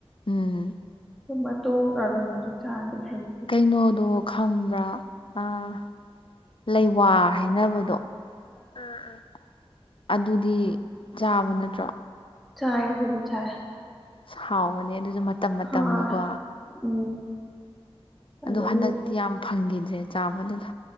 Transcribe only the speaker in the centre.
ꯑꯗꯨ ꯃꯇꯇꯣꯡꯉꯒꯅꯦ ꯑꯗꯨꯣ ꯆꯥꯗꯦ ꯍꯩ
ꯆꯥꯏ ꯑꯗꯨꯗꯤ ꯆꯥꯏ
ꯍꯥꯎꯋꯦ ꯎꯝ ꯑꯗꯒꯤ